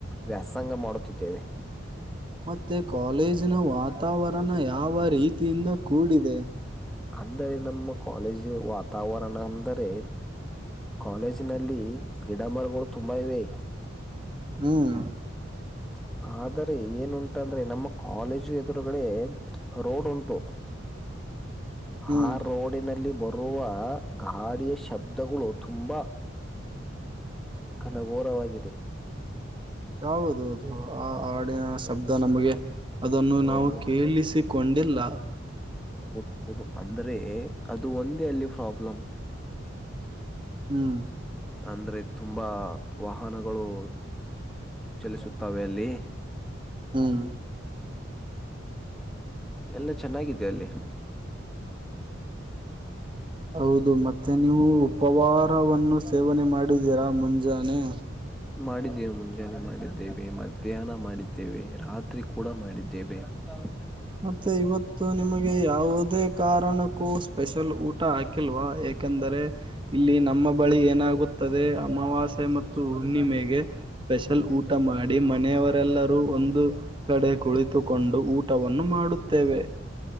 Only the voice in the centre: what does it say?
ವ್ಯಾಸಂಗ ಮಾಡುತ್ತಿದ್ದೇವೆ.
ಅಂದರೆ ನಮ್ಮ ಕಾಲೇಜು ವಾತಾವರಣ ಅಂದರೆ ಕಾಲೇಜಿನಲ್ಲಿ ಗಿಡ ಮರಗಳು ತುಂಬಾ ಇವೆ.
<unintelligible> <unintelligible> ಏನುಂಟ ಅಂದ್ರೆ ನಮ್ಮ ಕಾಲೇಜು ಎದುರುಗಡೆ ರೋಡ್ ಉಂಟು
ಆ ರೋಡಿನಲ್ಲಿ ಬರುವ ಗಾಡಿಯ ಶಬ್ದಗಳು ತುಂಬ ಘನಘೋರವಾಗಿ
ಹೌದು
ಹೌದು ಹೌದು ಅಂದ್ರೆ ಅದು ಒಂದೇ ಅಲ್ಲಿ ಪ್ರಾಬ್ಲಮ್.
ಅಂದ್ರೆ ತುಂಬಾ ವಾಹನಗಳು ಚಲಿಸುತ್ತವೆ ಅಲ್ಲಿ.
ಎಲ್ಲ ಚೆನ್ನಾಗಿದೆ ಅಲ್ಲಿ.
ಮಾಡಿದ್ದೇವೆ ಮುಂಜಾನೆ ಮಾಡಿದ್ದೇವೆ ಮಧ್ಯಾಹ್ನ ಮಾಡಿದ್ದೇವೆ ರಾತ್ರಿ ಕೂಡ ಮಾಡಿದ್ದೇವೆ. <unintelligible>
ಸುಮಾರಾಗಿ
ಒಳ್ಳೆಯ
ಕೆಲಸ